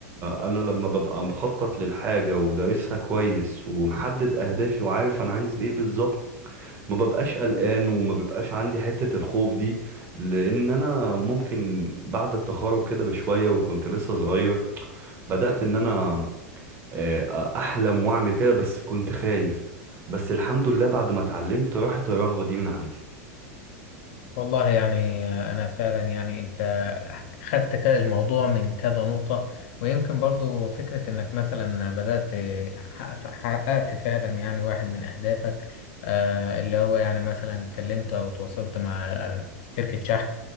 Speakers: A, on the right; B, on the left.
A: انا لما ببقى مخطط للحاجة ودارسها كويس ومحدد اهدافي وعارف انا عايز ايه بالظبط ما ببقاش قلقان وما ببقاش عندي حتة الخوف دي لان انا ممكن بعد التخرج كده بشوية وكنت لسه صغير بدأت ان انا آه، احلم واعمل كده بس كنت خايف بس الحمد لله بعد ما اتعلمت راحت الرهبة دي من عندي
B: والله يعني أنا فعلا يعني أنت خدت ك- الموضوع من كذا نقطة ويمكن برضو فكرة إنك مثلا بدأت حقق- حققت فعلا يعني واحد من أهدافك آه، اللي هو يعني مثلا اتكلمت أو تواصلت مع شركة شحن